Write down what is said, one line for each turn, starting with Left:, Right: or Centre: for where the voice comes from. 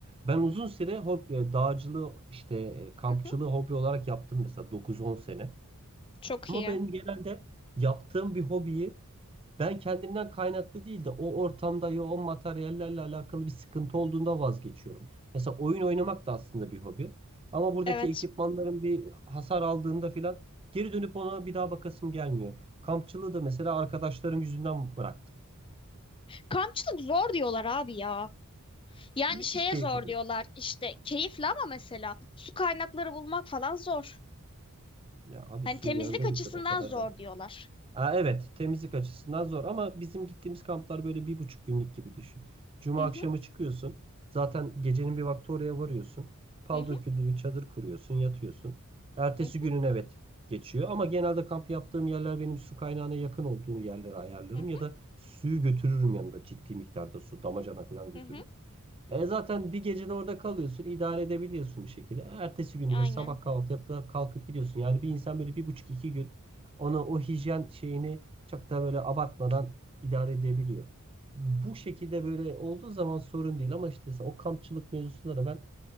Right: Ben uzun süre hobi, e, dağcılığı işte e, kampçılığı
Left: hı hı.
Right: hobi olarak yaptım mesela 9-10 sene.
Left: Çok
Right: Ama
Left: iyi.
Right: benim genelde yaptığım bir hobiyi ben kendimden kaynaklı değil de o ortamda ya o materyallerle alakalı bir sıkıntı olduğunda vazgeçiyorum. Mesela oyun oynamak da aslında bir hobi. Ama buradaki
Left: Evet.
Right: ekipmanların bir hasar aldığında filan geri dönüp ona bir daha bakasım gelmiyor. Kampçılığı da mesela arkadaşlarım yüzünden bıraktım.
Left: Kampçılık zor diyorlar abi ya. Yani
Right: Müthiş
Left: şeye
Right: keyif
Left: zor
Right: alıyor.
Left: diyorlar işte keyifli ama mesela su kaynakları bulmak falan zor.
Right: Ya abi
Left: Hani
Right: suyu
Left: temizlik
Right: yanında
Left: açısından
Right: götür o kadar
Left: zor
Right: da.
Left: diyorlar.
Right: Ha, evet, temizlik açısından zor ama bizim gittiğimiz kamplar böyle bir buçuk günlük gibi düşün. Cuma
Left: Hı
Right: akşamı
Left: hı
Right: çıkıyorsun. Zaten gecenin bir vakti oraya varıyorsun. Pal
Left: hı hı
Right: döküldü bir çadır kuruyorsun, yatıyorsun. Ertesi
Left: hı
Right: günün evet geçiyor ama genelde kamp yaptığım yerler benim su kaynağına yakın olduğu yerlere ayarlarım
Left: hı
Right: ya da suyu götürürüm yanında ciddi miktarda su, damacana falan götürürüm.
Left: hı hı. hı.
Right: E zaten bir gecede orada kalıyorsun, idare edebiliyorsun bir şekilde. Ertesi günde
Left: Aynen.
Right: sabah kahvaltı yapıp kalkıp gidiyorsun. Yani bir insan böyle bir buçuk iki gün ona o hijyen şeyini çok da böyle abartmadan idare edebiliyor. Bu şekilde böyle olduğu zaman sorun değil ama işte mesela o kampçılık mevzusunda da ben